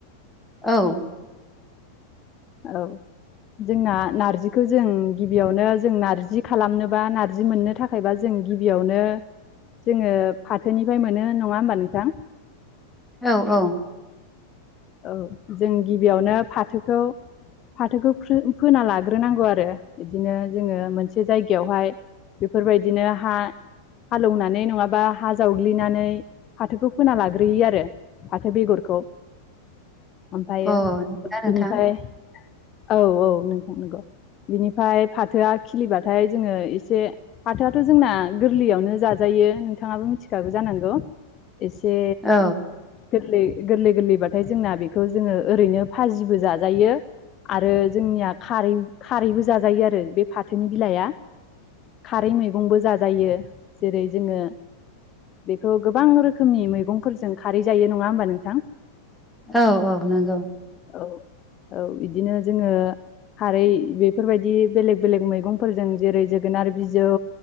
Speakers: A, in the centre; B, on the left.
A: औ
B: औ जोंना नारजिखौ जों गिबियावनो जों नारजि खालामनोबा नार्जि मोननो था खायबा जों गिबियावनो जोंङो फाथोनिफ्राय मोनो नंङा होमबा नोंथां।
A: औ औ
B: औ जों गिबियावनो फाथोखौ फाथोखौ फ्रो फोना लाग्रोनांगौ आरो इदिनो जोङो मोनसे जायगायावहाय बेफोरबायदिनो हा हालौनानै नंङाबा हा जावग्लिनानै फाथोखौ फोना लाग्रोयो आरो। फाथो बेगरखौ। ओमफायो
A: अ नंगौना नोंथां
B: बिनिफाय औ औ नोंथां नोंगौ। बिनिफाय फाथोआ खिलिबाथाय जोंङो एसे फाथोआथ' जोंना गोरलैयावनो जाजायो नोंथाङाबो मिथिखागौ जानांगौ। एसे
A: औ
B: गोरलै गोरलै गोरलै बा थाय जोंना बेखौ जोङो ओरैनो फाजिबो जाजायो। आरो जोंनिया खारै खारैबो जाजायो आरो बे फाथोनि बिलाइआ। खारै मैगंबो जाजायो। जेरै जोङो बेखौ गोबां रोखोमनि मैगंफोरजों खारै जायो नङा होमबा नोंथां।
A: औ औ नंगौ।
B: औ औ इदिनो जोङो खारै बेफोरबायदि बेलेग बेलेग मैगंफोरजों जेरै जोगोनार बिजौ